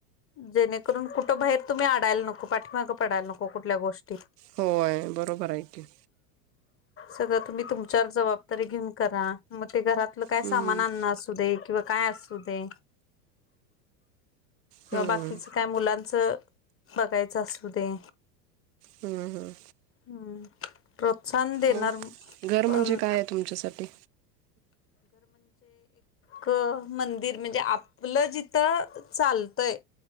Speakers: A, on the left (about 25°); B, on the right (about 70°).
A: जेणेकरून, कुठं बाहेर तुम्ही अडायला नको पाठीमागं पडायला नको कुठल्या गोष्टीत.
B: होय बरोबर आहे की.
A: सगळं तुम्ही तुमच्यावर जबाब तरी घेऊन करा. मग ते घरातलं काय
B: हम्म.
A: सामान आणण असू दे किंवा काय असू दे.
B: हम्म.
A: अ बाकीच काय मुलांन च बघायचं असू दे.
B: हम्म, हम्म.
A: हम्म प्रोत्साहन देणार.
B: मग घर म्हणजे
A: पण
B: काय आहे तुमच्यासाठी?
A: क मंदिर म्हणजे, आपलं जिथं चालतय.